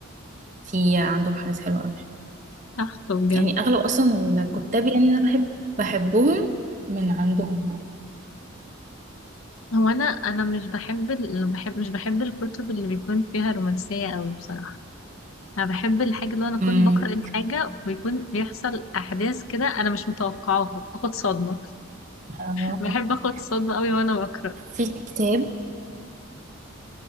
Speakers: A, on the right; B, on the left.
A: في عندهم حاجات حلوة قوي
B: تحفه بجد
A: يعني اغلب اصلا الكتاب يعني انا بحب بحبهم من عندهم يعني
B: هو انا انا مش بحب ال... بحب مش بحب الكتب اللي بيكون فيها رومانسيه قوي بصراحه انا بحب الحاجه اللي انا اكون
A: امم
B: بقرا الحاجه ويكون بيحصل احداث كده انا مش متوقعاها اخد صدمه
A: اه
B: بحب اخد صدمه قوي وانا بقرا
A: في كتاب